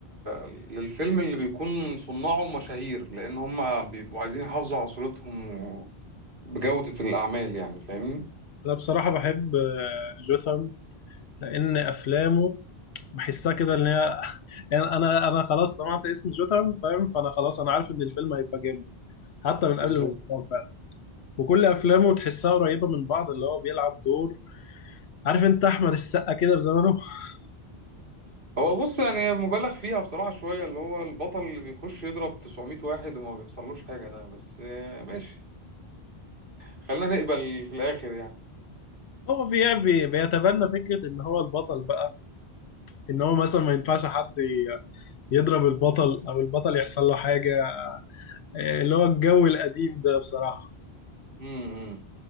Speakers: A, on the right; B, on the left.
A: للفيلم اللي بيكون صناعه مشاهير لأن هم بيبقوا عايزين يحافظوا على صورتهم و- بجودة الأعمال يعني فاهمني؟
B: انا بصراحه بحب آه، جوثام لان افلامه بحسها كده ان هي <laughs> يعني انا انا خلاص سمعت اسم جوثام فاهم فانا خلاص انا عارف ان الفيلم هيبقى جامد حتى من قبل
A: بالظبط
B: ما يسمعه فعلا وكل افلامه تحسها قريبه من بعض اللي هو بيلعب دور عارف انت احمد السقا كده في زمانه <laughs>
A: هو بص يعني مبالغ فيها بصراحة شوية اللي هو البطل اللي بيخش يضرب 900 واحد وما بيحصلوش حاجة ده بس آه، ماشي خلينا نقبل في الآخر يعني
B: هو بي- بي- بيتبنى فكرة إن هو البطل بقى ان هو مثلا ما ينفعش حد ي- يضرب البطل او البطل يحصل له حاجه آه، اللي هو الجو القديم ده بصراحه
A: امم